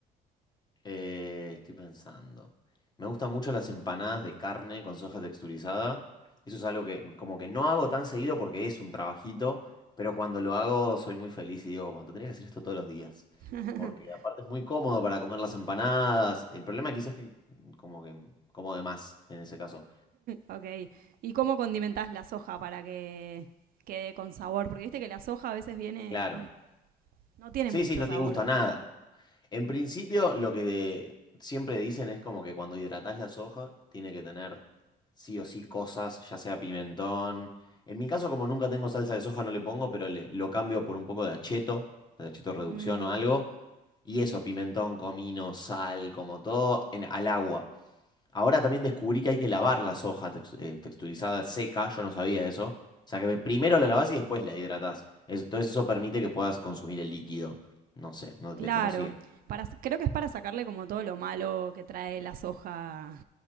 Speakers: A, on the left; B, on the right.
A: Eh, estoy pensando. Me gustan mucho las empanadas de carne con soja texturizada. Eso es algo que como que no hago tan seguido porque es un trabajito, pero cuando lo hago soy muy feliz y digo, como tendría que hacer esto todos los días.
B: <laughs>
A: Porque aparte es muy cómodo para comer las empanadas. El problema quizás es que como que como de más en ese caso.
B: ok. ¿Y cómo condimentás la soja para que quede con sabor? Porque viste que la soja a veces viene
A: Claro.
B: mm, No tiene
A: Sí,
B: mucho
A: sí, no
B: sabor.
A: tiene gusto a nada. En principio, lo que de- siempre dicen es como que cuando hidratás la soja, tiene que tener sí o sí cosas, ya sea pimentón. En mi caso, como nunca tengo salsa de soja, no le pongo, pero le- lo cambio por un poco de acheto, de acheto reducción
B: Mm,
A: o algo. Y eso, pimentón, comino, sal, como todo, en, al agua. Ahora también descubrí que hay que lavar la soja tex- eh, texturizada seca, yo no sabía eso. O sea que primero la lavás y después la hidratás. Es- Entonces eso permite que puedas consumir el líquido. No sé, no desconocía.
B: claro. Para, creo que es para sacarle como todo lo malo que trae la soja